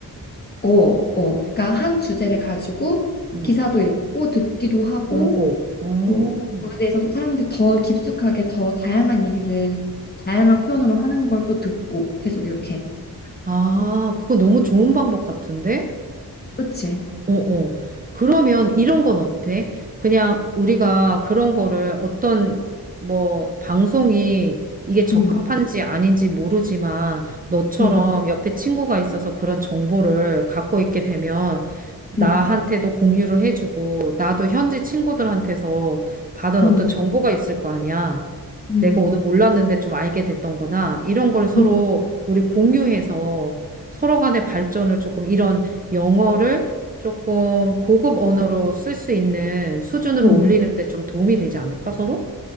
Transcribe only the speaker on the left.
어, 어. 그러니까 한 주제를 가지고
기사도 읽고 듣기도 하고
또 거기에 대해서 또 사람들이 더 깊숙하게 더 다양한 얘기를 더 다양한 표현으로 하는 걸 또 듣고 계속 이렇게
그치?
음,
음,
음,
음,
음,
음, 음.
음.